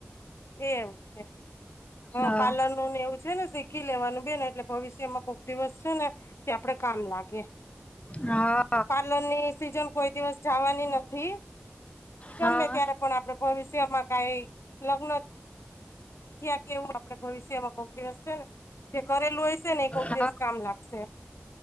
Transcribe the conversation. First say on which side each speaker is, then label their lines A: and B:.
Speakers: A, on the left; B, on the left.
A: એમ છે હ
B: હા
A: પાલનનુ ને એવું છે ને શીખી લેવાનું બેન એટલે ભવિષ્યમાં કોક દિવસ છે ને તે આપડે કામ લાગે.
B: હા
A: પાર્લર ની સીઝન કોઈ દિવસ જવાની નથી ઈ ગમે
B: હા
A: ત્યારે પણ આપડે ભવિષ્યમાં કાઈ લગ્ન ત્યાં કેવું આપડે ભવિષ્યમાં કોક દિવસ છે ને જે કરેલું હોય છે ને એ કોક
B: હા
A: દિવસ કામ લાગશે.